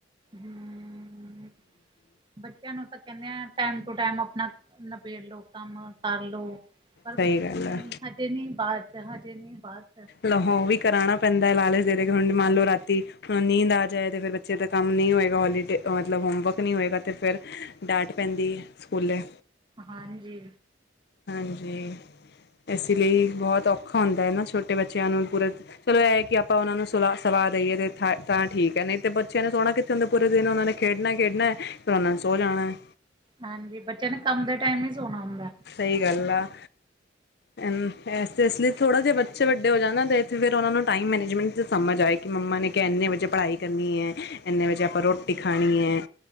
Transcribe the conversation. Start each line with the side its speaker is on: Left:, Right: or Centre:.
Right: ਹੂੰ, ਬੱਚਿਆਂ ਨੂੰ ਆਪ ਤਾਂ ਕੈਨੇ ਆ ਟਾਈਮ ਟੂ ਟੈਮ ਅਪਨਾ ਨਬੇੜ ਲੋ, ਕੰਮ ਕਰਲੋ। ਪਰ
Left: ਸਹੀ
Right: ਬੱਚੇ
Left: ਗੱਲ
Right: ਕੈਨ
Left: ਹੈ
Right: ਨਈ, ਹਜੇ ਨੀ ਬਾਦ ਚ-ਹਜੇ ਨੀ ਬਾਦ ਚ।
Left: ਲੋ ਓਵੀ ਕਰਾਨਾ ਪੈਂਦਾ ਏ ਲਾਲਚ ਦੇ ਦੇ ਕੇ, ਹੁਨ ਮੰਨ ਲੋ ਰਾਤੀ ਹਾਂ ਨੀਂਦ ਆ ਜਾਏ, ਤੇ ਫੇਰ ਬੱਚੇ ਦਾ ਕੰਮ ਨੀ ਹੋਏਗਾ, ਹੋਲੀਡੇ ਮਤਲਬ ਹੋਮਵਰਕ। ਨੀ ਹੋਏਗਾ, ਤੇ ਫੇਰ ਡਾੰਟ ਪੈਂਦੀ ਏ ਸਕੂਲੇ।
Right: ਹਾਂਜੀ।
Left: ਹਾਂਜੀ, ਐਸੇ ਲਈ ਬੋਤ ਔਖਾ ਹੁੰਦਾ ਏ ਨਾ ਛੋਟੇ ਬੱਚਿਆਂ ਨੂੰ ਪੂਰੇ ਚਲੋ, ਐ ਏ ਕਿ ਆਪਾ ਓਨਾਂ ਨੂੰ ਸੁਲਾ ਸਵਾ ਦੇਈਏ, ਤੇ ਥ ਤਾਂ ਠੀਕ ਐ, ਨਈ ਤੇ ਬੱਚਿਆਂ ਸੋਣਾ ਕਿੱਥੇ ਹੁੰਦੈ ਪੂਰੇ ਦਿਨ, ਓਨਾ ਨੇ ਖੇਡਣਾ ਹੀ ਖੇਡਣਾ ਏ। ਤੇ ਓਹਨਾਂ ਨੇ ਸੋ ਜਾਣਾ ਐ।
Right: ਹਾਂਜੀ, ਬੱਚਿਆ ਨੇ ਕੰਮ ਦੇ ਟਾਈਮ ਈ ਸੋਨਾ ਹੁੰਦਾ ਏ।
Left: ਸਈ ਗਾੱਲ ਆ। ਐਸਤੇ ਐਸਲੇ ਥੋੜਾ ਜਾ ਬੱਚੇ ਵੱਡੇ ਹੋ ਜਾਨ ਨਾ, ਤੇ ਫੇਰ ਓਨਾ ਨੂੰ ਟਾਈਮ ਮੈਨੇਜਮੈਂਟ ਚ ਸਮਝ ਆਏ। ਕਿ ਮੰਮਾ ਨੇ ਕੇਆ ਐਨੇ ਵਜੇ ਪੜਾਈ ਕਰਨੀ ਐ, ਐਨੇ ਵਜੇ ਆਪਾ ਰੋਟੀ ਖਾਣੀ ਐ।